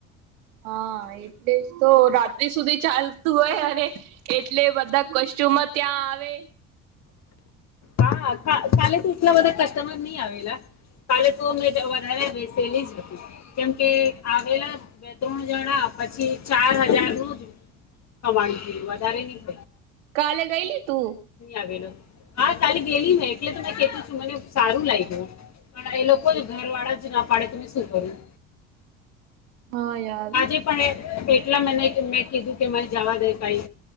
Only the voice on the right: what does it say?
હા એટલે જ તો રા ત્રી સુધી ચાલતું હોય અને એટલે બધા કોસ્ટચ્યુમ ત્યાં આવે
કાલે ગયલી તું
હા યાર